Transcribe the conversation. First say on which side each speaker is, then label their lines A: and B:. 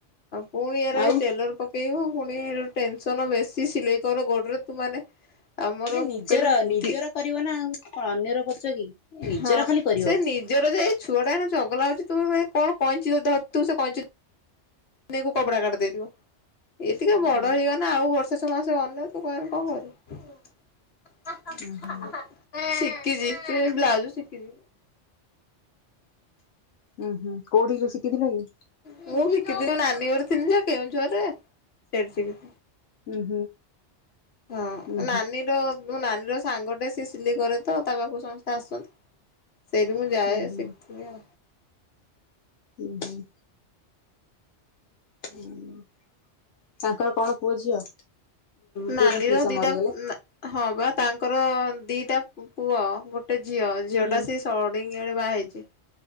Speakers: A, on the left; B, on the left.
A: ଆଉ ପୁଣି ଏରା
B: ଆଉ
A: ଏ ଟେଲର୍ ପକେଇବୁ ପୁଣି ଟେନ୍ ସନ୍ ବେଶୀ ସିଲେଇ କର ଗୋଡରେ ତୁ ମାନେ ଆମର
B: ନା ନିଜର
A: କହିଲେ
B: ନିଜର
A: ତି
B: କରିବ ନା ଆଉ କଣ ଅନ୍ୟର କରୁଛ କି ନିଜର
A: ହଁ
B: ଖାଲି କରିବ।
A: ସେ ନିଜର ଯେ ଏଇ ଛୁଆ ଟା ଏରା ଚଗଲା ହୋଉଛି ତୁ କଣ କ କଇଁଚି ଧ ଥିବୁ ତୁ ସେ କହିଁଚି ଦେ ମୁ କପଡା କାଟ୍ ଦେବି ଏ ଟିକେ
B: ଉଁ
A: ବଡ
B: ହୁଁ
A: ହେଇଗନେ। ନା ଆଉ ବର୍ଷେ ଛ ମାସେ ଅନ୍ୟ ତୁ କହିଲୁ କଣ କରିବୁ।
B: ଉଁ ହୁଁ
A: ଶିଖିଛି, ବ୍ଲାଜୁ ଶିଖିଛି।
B: ଉୁଁ -ହୁଁ କୋଉଠିକି ଶିଖିଥିଲ କି?
A: ମୁଁ ଶିକିଥିନି ନାନୀ ଘର ଥିନି ଯେ କେଉଁଝର୍ ରେ ସେଠି ସି
B: ହୁଁ- ହୁଁ।
A: ହଁ
B: ଉଁ
A: ନାନୀର ମୋ ନାନୀ ର ସାଙ୍ଗଟେ ସେ ସିଲେଇ କରେ ତ ତା ପାଖକୁ ସମସ୍ତେ ଆସନ୍ତି। ସେଇଠି ମୁ ଯାଏଁ
B: ଉଁ ହୁଁ
A: ଶିଖେ ଆଉ।
B: ହୁଁ -ହୁଁ। ହୁଁ ତାଙ୍କର କଣ ପୁଅ ଝିଅ?
A: ନାନୀର
B: ତୁ ତାଙ୍କ ପିଇସା
A: ଦିଟା
B: ମରିଗଲେ।
A: ନା ହଁ ବା ତାଙ୍କର ଦିଟା ପୁ ପୁଅ ଗୋଟେ ଝିଅ, ଝିଅ
B: ହୁଁ
A: ଟା ସେ ସଡିଙ୍ଗିଆ ରେ ବାହା ହେଇଛି।